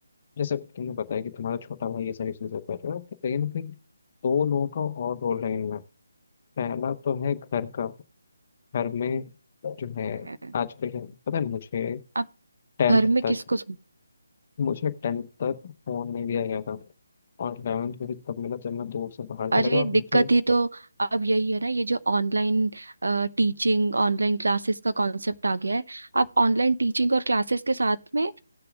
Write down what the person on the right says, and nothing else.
है।
अब
घर में
किसको
अरे
दिक्कत
ही तो अब यही है ना ये जो ऑनलाइन टीचिंग ऑनलाइन क्लासेस का कॉन्सेप्ट आ गया है अब ऑनलाइन टीचिंग और क्लासेस के साथ में